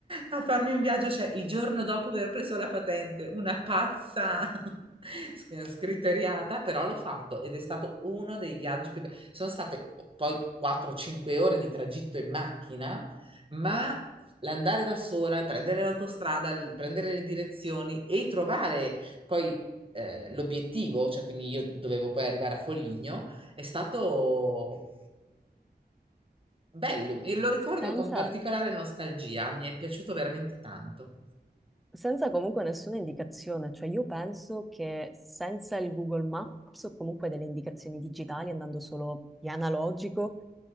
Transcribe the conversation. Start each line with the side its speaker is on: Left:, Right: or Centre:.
Right: a farmi un viaggio, cioè il giorno dopo aver preso la patente, una pazza <laughs> sc- scriteriata, però l'ho fatto ed è stato uno dei viaggi più belli. Sono state poi 4-5 ore di tragitto in macchina, ma l'andare da sola, il prendere l'autostrada, il prendere le direzioni e trovare poi eh, l'obiettivo, cioè quindi io dovevo poi arrivare a Foligno, è stato Bello, e lo ricordo
Centre: Senza,
Right: con particolare nostalgia, mi è piaciuto veramente tanto.
Centre: senza comunque nessuna indicazione, cioè io penso che senza il Google Maps o comunque delle indicazioni digitali, andando solo di analogico,